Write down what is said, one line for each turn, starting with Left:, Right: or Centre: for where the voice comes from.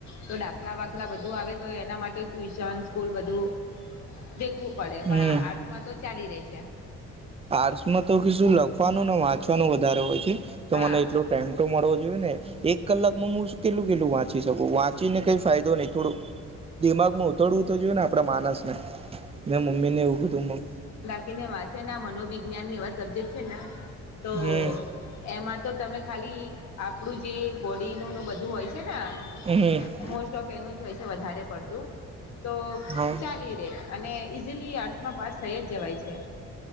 Left: તો ડા બધુ આવે તો એના માટે ટ્યુશન સ્કૂલ બધું દેખવું પડે પણ
Right: હમ
Left: આ આ સ માં તો ચાલી રહી છે.
Right: આર્ટસમાં તો કે શું લખવાનું ને વાંચવાનું વધારે હોય છે તો
Left: હા
Right: મને એટલુ ટાઈમ તો મળવો જોઈએ ને એક કલાકમાં હુ કેટલું કેટલું વાંચી શકું વાંચીને કઈ ફાયદો નહી. થોડું દિમાગમાં ઉતડવું તો જોયુ ને આપડા માનસ ને મેં મમ્મી ને એવું કીધું.
Left: ને વાંચે ને મનોવિજ્ઞાન એવા સબ્જેક્ટ છે ને તો
Right: હમ
Left: એમાં તો તમે ખાલી આપણું જે બોડીનું ને બધું હોય છે ને આ
Right: હમ્મ હમ્મ.
Left: મોસ્ટ ઓફ એનું જ હોય છે વધારે પડતું તો
Right: હમ્મ.
Left: ચાલી અને ઈઝીલી આર્ટસમાં પાસ થઈ જ જવાય છે.